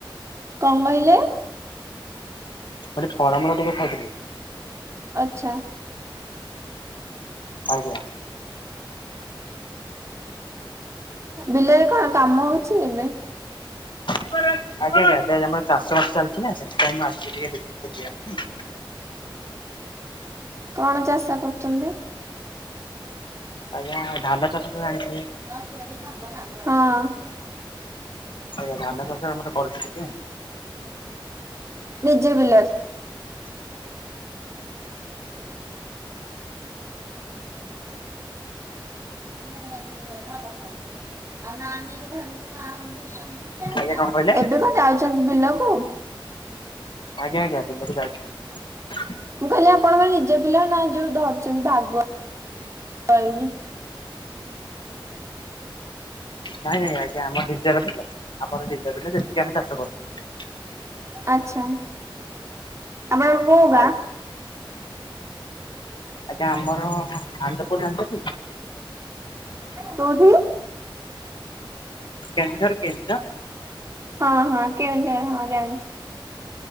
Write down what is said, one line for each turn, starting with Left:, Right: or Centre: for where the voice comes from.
Right: କହିଲେ?
Left: ମାନେ ଫଳାମୂଳ ଟିକେ ଖାଇଥିଲି।
Right: ଆଛା।
Left: ଆଉ କଣ?
Right: ବିଲରେ କଣ କାମ ହଉଛି ଏବେ?
Left: ଅଜ୍ଞ୍ୟା ଆଜ୍ଞ୍ୟା ଏବେ ଆମର ଚାଷ ବାସ ଚାଲିଛି ନା ସେଥିପାଇଁ ମୁଁ ଆସିଛି ଟିକେ ବିଲକୁ ଯିବାପାଇଁ।
Right: <inaudible> କଣ ଚାଷ କରୁଚନ୍ତି?
Left: ଆଜ୍ଞା ଧାନ ଚାଷ। ତ ଜାଣିଥିବେ
Right: ହଁ।
Left: ଆଜ୍ଞା ଧାନ ଚାଷ ଆମର କରୁଚୁ ଟିକେ।
Right: ନିଜ ବିଲରେ? ନ କଥା ଆଉ ନା ନେଇକ କଣ <unintelligible>
Left: ଆଜ୍ଞା କଣ କହିଲେ
Right: ଏବେ କଣ ଯାଉଛନ୍ତି ବିଲକୁ?
Left: ଆଜ୍ଞା ଆଜ୍ଞା ବିଲକୁ ଯାଉଛି।
Right: ମୁଁ ଖାଲି ଆପଣଙ୍କ ନିଜ ବିଲ ନା ଯୋଉ ଧରିଛନ୍ତି ଭାଗ। କଳି ନି।
Left: ନାଇଁ ନାଇଁ ଆଜ୍ଞା ଆମର ନିଜର ବିଲ ଆମର ନିଜ ବିଲ ଯେତିକି ଆମେ ଚାଷ କରଚୁ।
Right: ଆଛା ଆପଣ କୋଉ ଗାଁ?
Left: ଆଜ୍ଞା ଆଜ୍ଞା ଆମର। ଆନନ୍ଦପୁର ଜାଣିଛନ୍ତି
Right: କଉଠି?
Left: କେନ୍ଦୁଝର କେନ୍ଦୁଝର।
Right: ହଁ ହଁ କେଉଁଝର ହଁ ଜାଣିଛି।